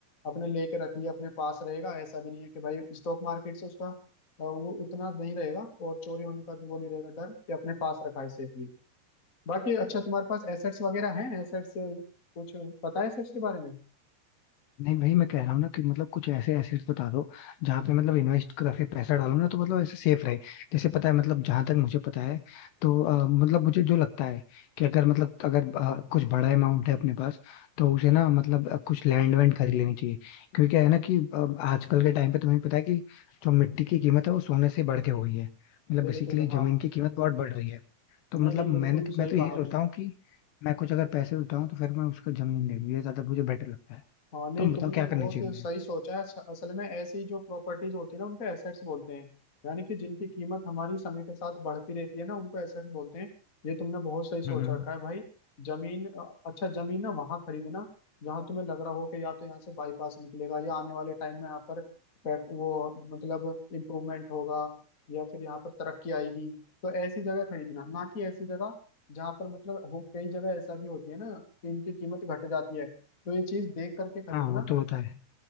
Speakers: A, on the left (about 30°); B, on the left (about 75°).
A: अपने लेकर रख लिया अपने पास रहेगा ऐसा भी नहीं है कि भाई स्टॉक मार्केट से उसका अ, वो इतना नहीं रहेगा और चोरी होने का भी वो नहीं रहेगा डर कि अपने पास रखा है सेफली बाकी अच्छा तुम्हारे पास एसेट्स वगैरह हैं एसेट्स कुछ पता है एसेट्स के बारे में
B: नहीं भाई मैं कह रहा हूँ ना कि मतलब कुछ ऐसे एसेट्स बता दो जहाँ पे मतलब इन्वेस्ट करके पैसा डालो ना तो मतलब ऐसे सेफ रहे जैसे पता है मतलब जहां तक मुझे पता है तो अ, मतलब मुझे जो लगता है कि अगर मतलब अगर अ, कुछ बड़ा अमाउंट है अपने पास तो उसे ना मतलब अ, कुछ लैंड वैंड खरीद लेनी चाहिए क्योंकि क्या है ना कि अ, आजकल के टाइम पे तुम्हें पता है कि जो मिट्टी की कीमत है वो सोने से बढ़ के हो गई है मतलब
A: बिल्कुल
B: बेसिकली
A: हाँ
B: जमीन की कीमत बहुत बढ़ रही है तो मतलब
A: नहीं नहीं
B: मैंने
A: बिल्कुल
B: तो मैं
A: सही
B: तो यही
A: कहा
B: सोचता
A: तुमने
B: हूँ कि मैं कुछ अगर पैसे उठाऊं तो फिर मैं उसका जमीन ले लूँ ये ज्यादा मुझे बेटर लगता है
A: हाँ नहीं
B: तुम
A: तुमने
B: बताओ क्या करनी
A: बहुत
B: चाहिए मुझे
A: सही सोचा है अस- असल में ऐसी जो प्रॉपर्टीज होती है ना उनको एसेट्स बोलते हैं यानी कि जिनकी कीमत हमारी समय के साथ बढ़ती रहती है ना उनको एसेट्स बोलते हैं ये तुमने बहुत सही सोच
B: हम्म हम्म,
A: रखा है भाई जमीन अ, अच्छा जमीन ना वहां खरीदना जहाँ तुम्हें लग रहा हो कि या तो यहाँ से बाईपास निकलेगा या आने वाले टाइम में यहाँ पर पेट- वो मतलब इम्प्रूवमेंट होगा या फिर यहाँ पर तरक्की आएगी तो ऐसी जगह खरीदना ना कि ऐसी जगह जहाँ पर मतलब हो- कई जगह ऐसा भी होती है ना कि इनकी कीमत घट जाती है तो ये चीज देख करके खरीदना
B: हाँ वो तो होता है